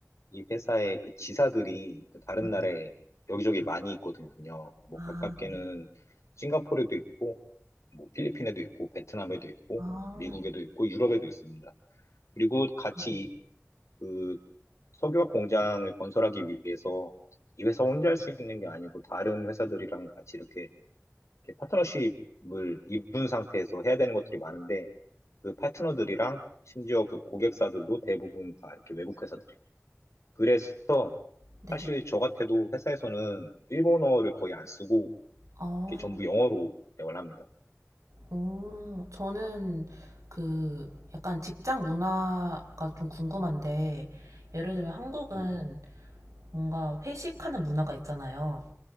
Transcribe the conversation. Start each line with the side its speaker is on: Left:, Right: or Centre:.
Left: 이 회사의 그 지사들이 그 다른
Right: 네.
Left: 나라에 여기저기 많이 있거든요. 뭐
Right: 아,
Left: 가깝게는
Right: 네.
Left: 싱가포르에도 있고, 뭐 필리핀에도 있고, 베트남에도 있고,
Right: 아,
Left: 미국에도 있고, 유럽에도 있습니다. 그리고 같이
Right: 네네.
Left: 그 석유화 공장을 건설하기 위해서 이 회사 혼자 할 수 있는 게 아니고 다른 회사들이랑 같이 이렇게 이렇게 파트너십을 이룬 상태에서 해야 되는 것들이 많은데 그 파트너들이랑 심지어 그 고객사들도 대부분 다 이렇게 외국 회사들이고 그래서
Right: 네네.
Left: 사실 저 같아도 회사에서는 일본어를 거의 안 쓰고
Right: 아,
Left: 이렇게 전부 영어로 대화를 합니다.
Right: 오, 저는 그 약간 직장 문화가 좀 궁금한데, 예를 들면 한국은
Left: 음,
Right: 뭔가 회식하는 문화가 있잖아요.